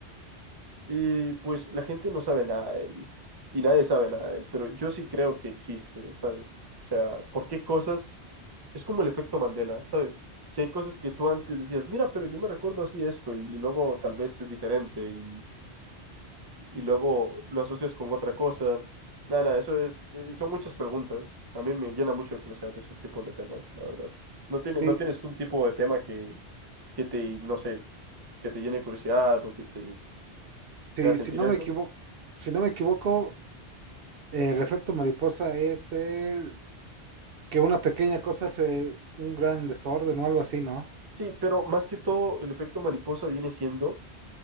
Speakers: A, on the right (about 25°); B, on the right (about 65°).
A: Y pues la gente no sabe nada de él y nadie sabe nada de él, pero yo sí creo que existe, ¿sabes? O sea, porque cosas? Es como el efecto Mandela, ¿sabes? Que hay cosas que tú antes decías, mira, pero yo me recuerdo así esto y, y luego tal vez es diferente y, y luego lo asocias con otra cosa. Nada, nada, eso es, eh, son muchas preguntas. A mí me llena mucho de curiosidad esos tipos de temas, la verdad. ¿No tiene,
B: Sí,
A: no tienes un tipo de tema que, que te, no sé, que te llene de curiosidad o que te,
B: sí,
A: te haga sentir
B: si no
A: eso?
B: me equivoco, si no me equivoco, eh, el efecto mariposa es el que una pequeña cosa hace un gran desorden o algo así, ¿no?
A: Sí, pero más que todo, el efecto mariposa viene siendo